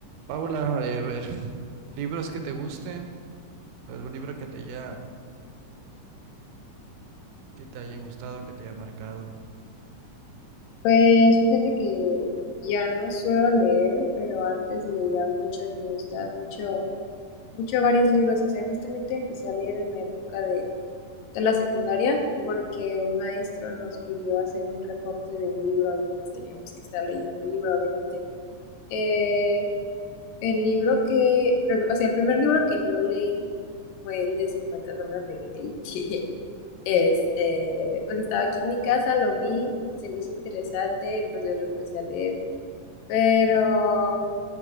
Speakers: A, on the right; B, on the left.
A: Paula, eh, a ver, libros que te gusten, algún libro que te haya, que te haya gustado, que te haya marcado.
B: Pues fíjate que ya no suelo leer, pero antes leía mucho y me gustaban mucho, mucho varios libros. O sea, justamente empecé a leer en la época de, de la secundaria porque un maestro nos pidió hacer un reporte de un libro y pues teníamos que estar leyendo el libro, obviamente. Eh, el libro que, pero, o sea, el primer libro que yo leí fue el de 50 sombras de Grey. <laughs> Este, pues estaba aquí en mi casa, lo vi, se me hizo interesante y pues yo lo empecé a leer. Pero,